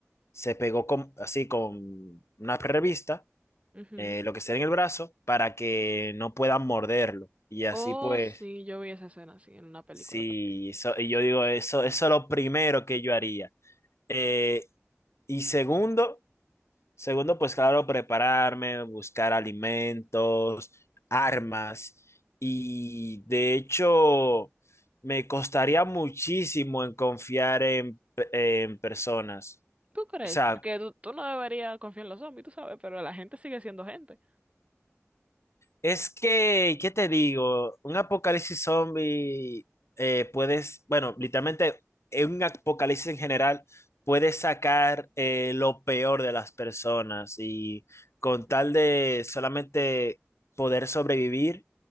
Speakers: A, on the left; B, on the right.
A: se pegó con- así con una revista,
B: Ujú.
A: eh, lo que sea en el brazo, para que no puedan morderlo. Y así
B: Oh,
A: pues,
B: sí, yo vi esa escena así en una película
A: sí,
B: también.
A: eso- y yo digo, eso, eso es lo primero que yo haría. Eh, y segundo, Segundo, pues claro, prepararme, buscar alimentos, armas. Y de hecho, me costaría muchísimo en confiar en, en personas.
B: ¿Tú crees?
A: O sea,
B: Porque tú, tú no deberías confiar en los zombies, tú sabes, pero la gente sigue siendo gente.
A: Es que, ¿qué te digo? Un apocalipsis zombie, eh, puedes, bueno, literalmente en un apocalipsis en general, puedes sacar eh, lo peor de las personas y con tal de solamente poder sobrevivir,